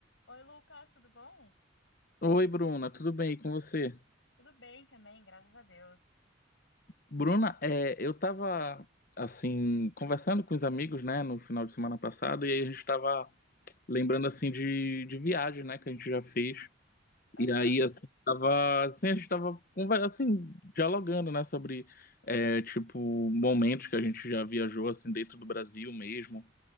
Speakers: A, on the left; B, on the left.
A: Oi, Lucas, tudo bom?
B: Oi, Bruna, tudo bem e com você?
A: Tudo bem também, graças a Deus.
B: Bruna, é, eu tava assim conversando com os amigos, né, no final de semana passado, e aí a gente tava lembrando assim de, de viagem, né, que a gente já fez.
A: Aham,
B: E aí assim, tava assim, a gente tava conver- assim dialogando, né, sobre é, tipo momentos que a gente já viajou assim dentro do Brasil mesmo.